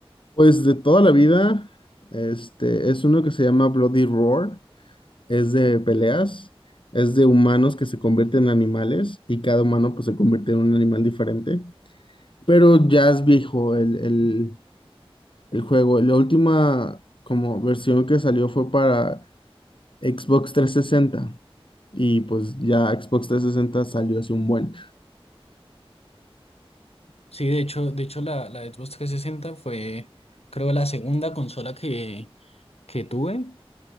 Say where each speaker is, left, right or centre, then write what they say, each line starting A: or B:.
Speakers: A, on the left; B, on the left.
A: Pues de toda la vida, este, es uno que se llama Bloody Roar, es de peleas, es de humanos que se convierten en animales y cada humano pues se convierte en un animal diferente. Pero ya es viejo el, el, el juego. La última como versión que salió fue para Xbox 360 y pues ya Xbox 360 salió hace un buen.
B: Sí, de hecho, de hecho la, la Xbox trescientos sesenta fue, creo, la segunda consola que, que tuve.